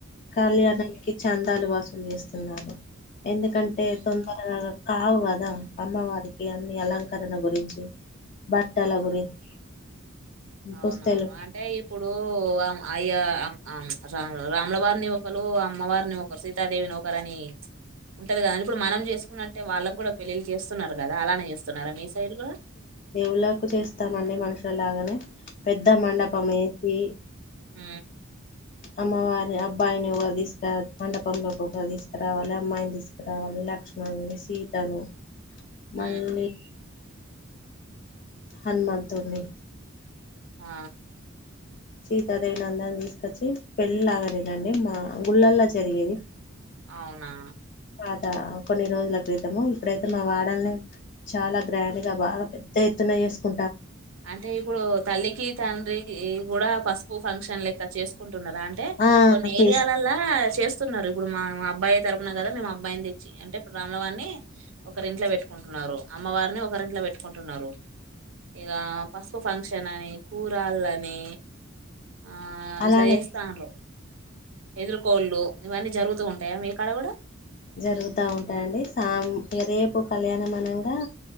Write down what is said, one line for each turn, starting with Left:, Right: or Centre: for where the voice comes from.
Left: కళ్యాణానికి చందాలు వసూల్ చేస్తున్నారు ఎందుకంటే
Right: ఉమ్,
Left: తొందరగా కావు కదా అమ్మవారికి అన్ని అలంకరణ గురించి బట్టల
Right: అవునా
Left: గురించి
Right: అవునా
Left: పుస్తలు
Right: అంటే ఇప్పుడు అమా అయ్యా అం ఆమ్ సామ్ రా రాములవారిని ఒకరు అమ్మవారిని ఒకరు సీతాదేవిని ఒకరు అని ఉంటది కదా అన్ ఇప్పుడు మనం చేసుకున్నట్టే వాళ్ళకు కూడా పెళ్లిళ్లు చేస్తున్నారు కదా అలానే ఏస్తున్నారా మీ సైడ్ గో
Left: దేవుళ్ళలకు చేస్తామండి మనుషుల లాగానే పెద్ద మండపం ఏ వే
Right: ఉ
Left: అమ్మవారి అబ్బాయిని వోగల్ తీసుకురా మండపంలో ఒకల్ తీసుకురావాలి అమ్మాయిని తీసుకురావాలి లా లక్షష్మణని సీతను
Right: ఉ
Left: మళ్ళీ హనుమంత్ తోని
Right: ఆ
Left: సీతాదేవిని అందరు తీసుకొచ్చి పెళ్ళిలాగానే అండి మా గుళ్ళలా జరిగేది
Right: అవునా
Left: పాత కొన్ని రోజుల క్రితము ఇప్పుడైతే మా వాడల్ నే చాలా గ్రాండ్ గా బాగా పెద్ద ఎత్తున నా ఏసుకు
Right: అంటే ఇప్పుడు తల్లికి తండ్రికి కూడా పసుపు ఫంక్షన్ లెక్క చేసుకుం కుంటున్నారు అంటే
Left: ఆ
Right: కొన్ని ఏరియాలలా
Left: తీసు
Right: చేస్తున్నారు ఇప్పుడు మా మా అబ్బాయి తరపున కదా మేము అబ్బాయిని తెచ్చి అంటే ఇప్పుడు రాములవారిని ఒకరి ఇంట్ల పెట్టుకుంటున్నారు అమ్మవారిని ఒకరి ఇంట్ల పెట్టుకుంటున్నారు ఇగ పసుపు ఫంక్షన్ అని కూరళ్ళు అని ఆ
Left: అలానే
Right: ఇట్లా చేస్తాండ్రు ఎదురుకోళ్ళు ఇవన్నీ జరుగుతూ ఉంటాయా మీ కాడ కూడా
Left: జరుగుతా ఉంటాయి అండి సాం ఇగ రేపు కళ్యాణమనంగా